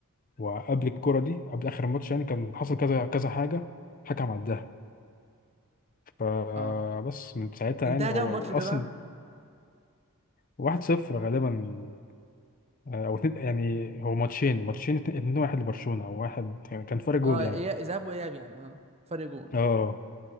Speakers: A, on the left; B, on the right.
A: وقبل الكورة دي قبل آخر الماتش يعني كان حصل كذا كذا حاجة الحكم عداها فبس
B: اه
A: من ساعتها
B: انتهى
A: يعني هو
B: كام الماتش
A: هو
B: ده
A: أصلا
B: بقى
A: واحد صفر غالبا آه، أو اتنين يعني هو ماتشين ماتشين اتنين اتنين واحد لبرشلونة أو واحد يعني كان فرق جول
B: اه
A: يعني
B: إياب- اياب ذهاب واياب يعني اه فرق جون
A: اه